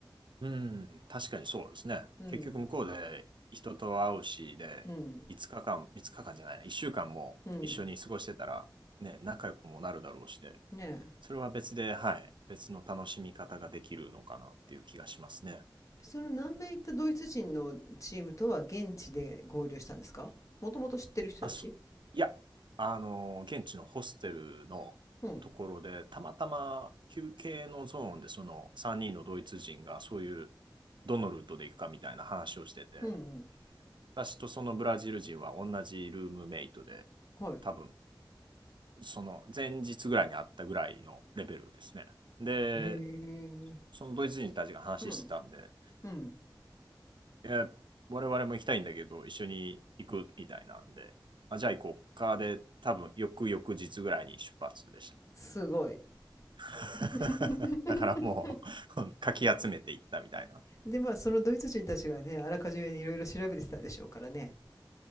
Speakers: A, on the right; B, on the left.
A: うん、確かにそうですね。
B: うん、
A: 結局向こうで人と会うし、で、
B: うん、
A: 5日間、5日間じゃない、1週間も一緒に過ごしてたら、
B: うん。
A: ね、仲良くもなるだろうしで、
B: ねえ
A: それは別で、はい、別の楽しみ方ができるのかなっていう気がしますね。
B: その南米行ったドイツ人のチームとは現地で合流したんですかもともと知ってる人たち
A: あ、そ、いや、あの、現地のホステルのところで、
B: うん。
A: たまたま休憩のゾーンで、その3人のドイツ人がそういう、どのルートで行くかみたいな話をしてて、
B: うんうん。
A: 私とそのブラジル人は同じルームメイトで、
B: はい。
A: 多分その前日ぐらいに会ったぐらいのレベルですね。で、
B: へえ。
A: そのドイツ人たちが話してたんで、
B: うん。うん。
A: いや、我々も行きたいんだけど、一緒に行くみたいなんで、あじゃあ行こうかで、多分翌々日ぐらいに出発でした。
B: すごい。
A: <laughs>
B: <laughs>
A: だからもう <laughs>、かき集めていったみたいな。
B: で、まあ、そのドイツ人たちがね、あらかじめにいろいろ調べてたでしょうからね。